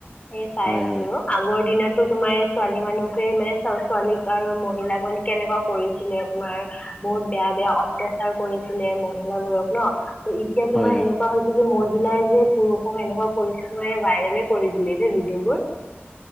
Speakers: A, on the left (about 30°); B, in the centre.
A: এ চাই
B: হয়
A: আছো।
B: হয়
A: আগৰ দিনতো তোমাৰ ছোৱালী মানুহকে মানে ছোৱালীক আৰু মহিলাক মানে কেনেকুৱা কৰিছিলে তোমাৰ। বহুত বেয়া বেয়া অত্যাচাৰ কৰিছিলে মহিলাবোৰক ন। ত' এতিয়া
B: হয়
A: তোমাৰ
B: হয়
A: সেনেকুৱা যে মহিলাই যে পুৰুষক এনেকুৱা কৰিছিলে এ ভাইৰেলে কৰি দিলে যে ভিডিঅ'বোৰ। <inaudible>